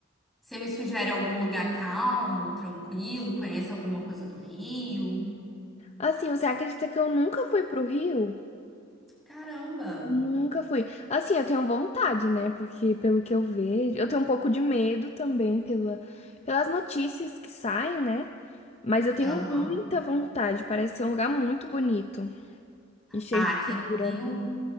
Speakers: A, in the centre; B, on the left.
A: Você me sugere algum lugar calmo, tranquilo? Conhece alguma coisa do Rio?
B: Assim, você acredita que eu nunca fui pro Rio?
A: Caramba!
B: Nunca fui. Assim, eu tenho vontade, né? Porque pelo que eu vejo, eu tenho um pouco de medo também pela, pelas notícias que saem, né? Mas eu tenho
A: Aham.
B: muita vontade. Parece ser um lugar muito bonito e cheio
A: Ah,
B: de
A: aqui
B: cultura,
A: no Rio,
B: né?